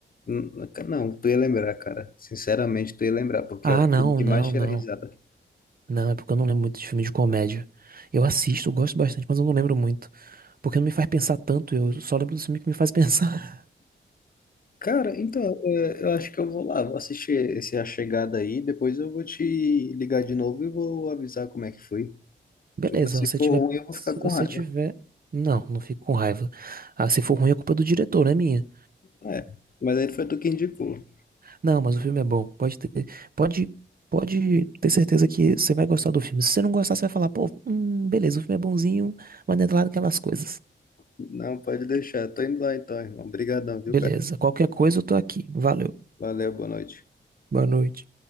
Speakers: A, on the left; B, on the right.
A: Hum, Não, tu ia lembrar, cara. Sinceramente, tu ia lembrar, porque
B: Ah,
A: é o
B: não,
A: filme que
B: não,
A: mais tira
B: não.
A: risada.
B: Não, é porque eu não lembro muito de filme de comédia. Eu assisto, eu gosto bastante, mas eu não lembro muito. Porque não me faz pensar tanto, eu só lembro do filme que me faz pensar.
A: Cara, então, é, eu acho que eu vou lá, vou assistir esse A Chegada aí, depois eu vou te ligar de novo e vou avisar como é que foi.
B: <laughs> Beleza,
A: Se
B: se você
A: for
B: tiver.
A: ruim, eu vou
B: Se
A: ficar com
B: você
A: raiva.
B: tiver. Não, não fico com raiva. Ah, se for ruim, a culpa é do diretor, não é minha.
A: É, mas aí foi tu que indicou.
B: Não, mas o filme é bom. Pode ter. Pode. Pode ter certeza que você vai gostar do filme. Se você não gostar, você vai falar, pô, hum, beleza, o filme é bonzinho, mas não é lá daquelas coisas.
A: Não, pode deixar. Tô indo lá então, irmão. Obrigadão, viu,
B: Beleza.
A: cara?
B: Qualquer coisa eu tô aqui. Valeu.
A: Valeu, boa noite.
B: Boa noite.